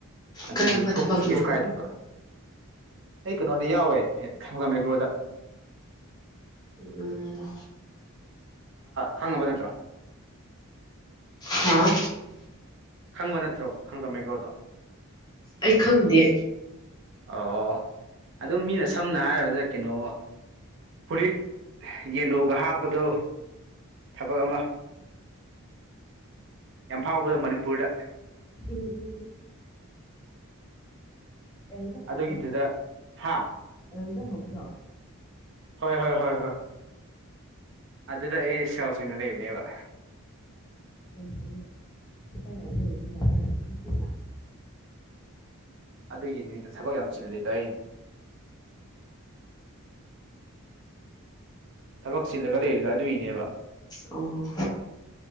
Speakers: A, on the right; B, on the left.
A: ꯑꯗꯨꯗꯒꯤ
B: ꯀꯔꯝꯕ
A: ꯊꯣꯛꯄꯁꯨ
B: ꯊꯕꯛꯅꯣ
A: ꯀꯩꯁꯨ ꯀꯥꯏꯗꯦꯕ ꯑꯩ ꯀꯩꯅꯣꯗ ꯌꯥꯎꯋꯦ ꯈꯝꯒꯝ ꯃꯦꯒ꯭ꯔꯣꯗ
B: ꯎꯝ
A: ꯈꯪꯉꯕ ꯅꯠꯇ꯭ꯔꯣ
B: ꯍꯥ
A: ꯈꯪꯕ ꯅꯠꯇ꯭ꯔꯣ <unintelligible> ꯃꯑꯦꯒ꯭ꯔꯣꯗꯣ
B: ꯑꯩ ꯈꯪꯗꯦ
A: ꯑꯣ ꯑꯗꯨꯝ ꯃꯤꯅ ꯁꯝꯅ ꯍꯥꯏꯔꯕꯗ ꯀꯩꯅꯣ ꯐꯨꯔꯤꯠ ꯌꯦꯂꯣꯒ ꯍꯥꯞꯄꯗꯣ ꯊꯕꯛ ꯑꯃ ꯌꯥꯝ ꯐꯥꯎꯕꯗ ꯃꯅꯤꯄꯨꯔꯗ
B: ꯎꯝ ꯌꯦꯡꯗ ꯍꯧꯕꯗꯣ
A: ꯑꯗꯨꯒꯤꯗꯨꯗ ꯍꯥ
B: ꯌꯦꯉꯗ ꯍꯧꯕꯗꯣ
A: ꯍꯣꯏ ꯍꯣꯏ ꯍꯣꯏ ꯑꯗꯨꯗ ꯑꯩ ꯁꯣꯁ ꯑꯣꯏꯅ ꯂꯩꯕꯅꯦꯕ
B: ꯌꯥꯝ ꯐꯩꯌꯦ ꯀꯗꯥꯏꯋꯥꯏꯗ ꯑꯣꯏꯕꯖꯥꯠꯂ
A: ꯑꯗꯨꯒꯤꯅꯤꯗ ꯊꯕꯛ ꯌꯥꯝ ꯆꯤꯜꯂꯤꯗꯣ ꯑꯩ ꯊꯕꯛ ꯆꯤꯜꯂꯒ ꯂꯩꯔꯤꯗꯣ ꯑꯗꯨꯏꯅꯦꯕ
B: ꯑꯣ